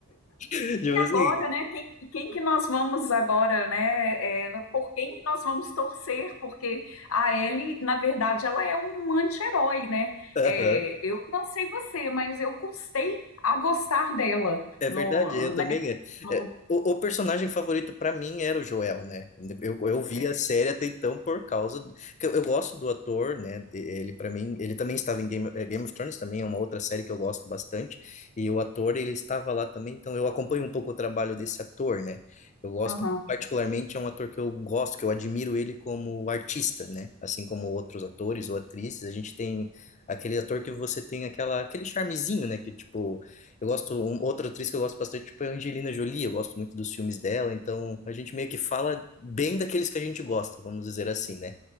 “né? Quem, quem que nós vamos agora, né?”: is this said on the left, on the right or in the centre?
Left